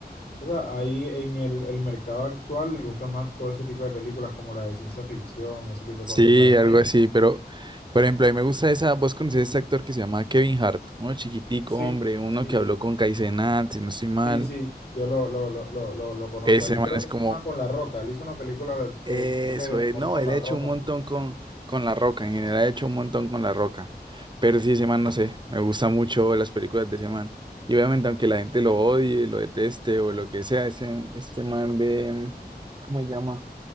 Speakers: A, on the left (about 75°); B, on the right (about 25°).
A: o sea, ahí en el, el mercado actual le gusta más todo ese tipo de películas como la de ciencia ficción, ese tipo de
B: Sí,
A: cosas. La verdad,
B: algo
A: a me-
B: así, pero por ejemplo, a mí me gusta esa, vos conocés a este actor que se llama Kevin Hart, uno chiquitico,
A: sí.
B: hombre, uno
A: Sí,
B: que habló con Kaizenat, si no estoy mal.
A: Sí, sí, yo lo, lo, lo, lo, lo, lo conozco.
B: Ese
A: Él
B: man
A: creo
B: es
A: que
B: como,
A: hizo una con La Roca. Él hizo una película
B: Eso
A: de, de- creo que de
B: es,
A: amor
B: no,
A: con
B: él
A: la
B: ha hecho
A: ropa.
B: un montón con, con La Roca, en general ha hecho un montón con La Roca, pero sí, ese man, no sé, me gustan mucho las películas de ese man, y obviamente aunque la gente lo odie, lo deteste o lo que sea, ese, este man de, mm, ¿cómo se llama?